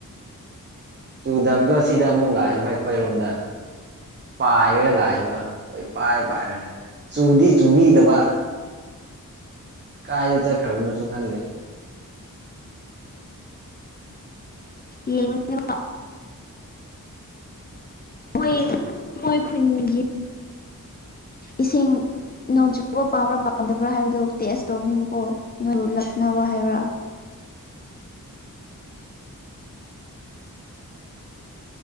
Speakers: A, on the right; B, on the left.
A: ꯆꯨꯗꯕꯗꯣ ꯁꯤꯗ ꯑꯃꯨꯛ ꯂꯥꯛꯑꯦꯕꯥ ꯑꯩꯈꯣꯏꯔꯣꯝꯗ ꯄꯥꯏꯔꯒ ꯂꯥꯛꯏꯕ ꯀꯣꯏꯄꯥꯏ ꯄꯥꯏꯔꯒ ꯆꯨꯗꯤ ꯆꯨꯕꯤꯗꯕ ꯀꯥꯏꯗ ꯆꯠꯈ꯭ꯔꯕꯅꯣꯁꯨ ꯈꯪꯗꯦ
B: ꯌꯦꯡꯕꯥꯅꯦꯕꯥ ꯃꯣꯏ ꯃꯣꯏ ꯈꯨꯟꯒꯤ ꯏꯁꯤꯡ ꯅꯣꯡ ꯆꯨꯕ ꯄꯥꯝꯕ꯭ꯔꯥ ꯄꯥꯝꯗꯕ꯭ꯔꯥ ꯍꯥꯏꯕꯗꯨꯣ ꯇꯦꯁ ꯇꯧꯕꯅꯦꯕꯀꯣ ꯅꯣꯏꯕꯨ ꯂꯛꯅꯕ ꯍꯥꯏꯕ꯭ꯔꯥ